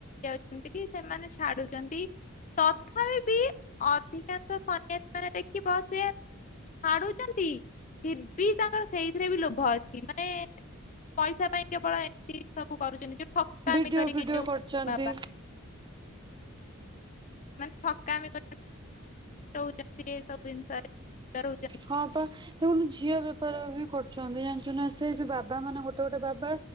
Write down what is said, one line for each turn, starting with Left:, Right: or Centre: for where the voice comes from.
Left: ଯାଉଚ଼ନ୍ତି କି ସେମାନେ ଛାଡୁଚ଼ନ୍ତି ତଥାପି ବି ଅଧିକାଂଶ ସନ୍ୟାସି ମାନେ ଦେଖିବ ଛାଡୁଚ଼ନ୍ତି ଫିର୍ ବି ତାଙ୍କର ସେଇଥିରେ ବି ଲୋଭ ଅଛି ମାନେ ପଇସା ପାଇଁ କେବଳ ଏମିତି ସବୁ କରୁଚ଼ନ୍ତି ଯୋଉ ଠକାମି
Right: ଭିଡିଓ
Left: କରିକି
Right: ଫିଡିଓ
Left: ଯୋଉ
Right: କରୁଛନ୍ତି
Left: ବାବା <unintelligible> ଠକ କରିକି ରହୁଚ଼ନ୍ତି ଏ ସବୁ ବିଷୟରେ ରହୁଚନ୍ତି
Right: ହଁ ପା ଦେଖୁନୁ ଝିଅ ବେପାର ବି କରୁଚ଼ନ୍ତି ଜାଣିଚୁ ନା ସେ ଯ ବାବା ମାନେ ଗୋଟେ ଗୋଟେ ବାବା